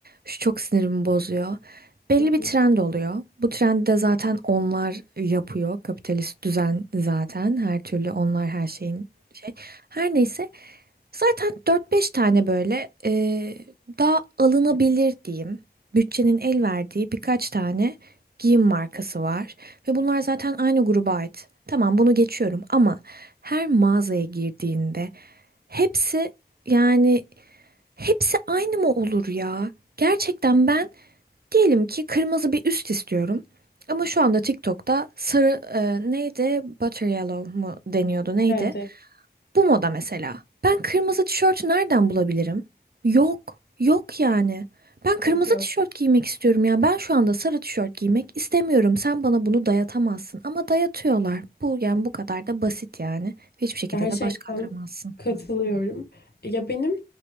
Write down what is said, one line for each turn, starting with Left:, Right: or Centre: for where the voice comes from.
Right: Şu çok sinirimi bozuyor. Belli
Left: Hı
Right: bir trend
Left: hı.
Right: oluyor. Bu trendi de zaten onlar yapıyor. Kapitalist düzen zaten. Her türlü onlar her şeyin şey. Her neyse. Zaten dört beş tane böyle e, daha alınabilir diyeyim. Bütçenin el verdiği birkaç tane giyim markası var. Ve bunlar zaten aynı gruba ait. Tamam bunu geçiyorum ama her mağazaya girdiğinde Hepsi yani hepsi aynı mı olur ya? Gerçekten ben diyelim ki kırmızı bir üst istiyorum. Ama şu anda TikTok'ta sarı e, neydi? Butter yellow mu deniyordu neydi?
Left: Evet, evet,
Right: Bu moda mesela. Ben kırmızı tişört nereden bulabilirim? Yok. Yok yani. Ben kırmızı
Left: evet yok.
Right: tişört giymek istiyorum ya. Ben şu anda sarı tişört giymek istemiyorum. Sen bana bunu dayatamazsın. Ama dayatıyorlar. Bu yani bu kadar da basit yani. Hiçbir şekilde
Left: Gerçekten
Right: de baş kaldıramazsın.
Left: katılıyorum. Ya benim